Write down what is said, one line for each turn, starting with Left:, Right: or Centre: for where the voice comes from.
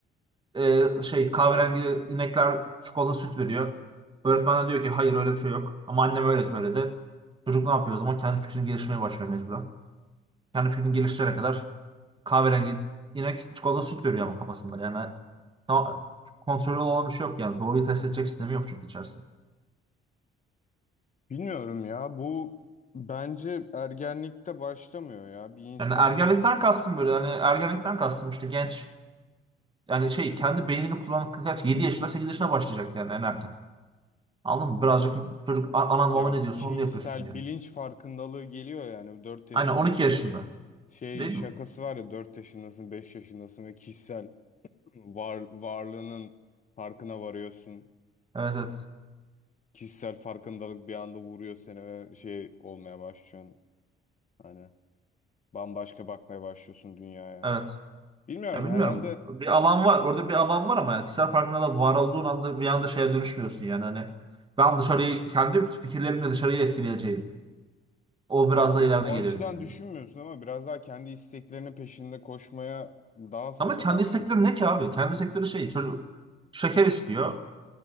Right: e, şey kahverengi inekler çikolata süt veriyor. Öğretmen de diyor ki hayır öyle bir şey yok. Ama annem öyle söyledi. Çocuk ne yapıyor o zaman? Kendi fikrini geliştirmeye başlıyor mecburen. Kendi fikrini geliştirene kadar kahverengi inek çikolata süt veriyor ama kafasında. Yani ta- kontrolü olan bir şey yok yani. Doğruyu test edecek sistemi yok çünkü içerisinde.
Left: Bilmiyorum ya bu bence ergenlikte başlamıyor ya. Bir insan
Right: Yani ergenlikten kastım böyle. Hani ergenlikten kastım işte genç yani şey kendi beynini kullanmakla kaç 7 yaşına 8 yaşına başlayacak yani en erken. Anladın mı? Birazcık çocuk "A- anam
Left: ya
Right: baba ne diyorsun
Left: kişisel
Right: onu yapıyorsun yani.
Left: bilinç farkındalığı geliyor yani 4 yaşındasın
Right: Aynen 12 yaşında.
Left: Şey
Right: Değil
Left: şakası
Right: mi?
Left: var ya 4 yaşındasın 5 yaşındasın ve kişisel var, varlığının farkına varıyorsun.
Right: Evet evet.
Left: Kişisel farkındalık bir anda vuruyor seni ve şey olmaya başlıyorsun. Hani bambaşka bakmaya başlıyorsun dünyaya.
Right: Evet.
Left: Bilmiyorum
Right: Ya bilmiyorum.
Left: herhalde
Right: Bir alan var. Orada bir alan var ama kişisel farkında da var olduğun anda bir anda şeye dönüşmüyorsun yani. Hani ben dışarıyı kendi fikirlerimle dışarıyı etkileyeceğim. O biraz
Left: ya
Right: da
Left: o,
Right: ileride
Left: o
Right: geliyor.
Left: açıdan
Right: büyük ihtimalle.
Left: düşünmüyorsun ama biraz daha kendi isteklerinin peşinde koşmaya daha fazla
Right: Ama kendi
Left: başlıyorsun.
Right: istekleri ne ki abi? Kendi istekleri şey çocuk şeker istiyor.